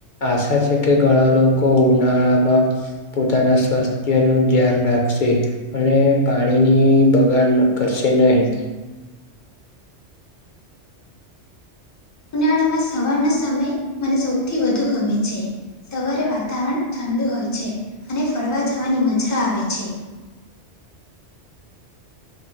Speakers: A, on the left; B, on the left.
A: આશા છે કે ઘણા લોકો ઉનાળા આમાં પોતાના સ્વાસ્થ્ય નું ધ્યાન રાખશે, અને પાણીની બ બગાડ ન કરશે નહી.
B: ઉનાળામાં સવારનો સમય મને સૌથી વધુ ગમે છે. સવારે વાતાવરણ ઠંડુ હોય છે, અને ફરવા જવાની મજા આવે છે.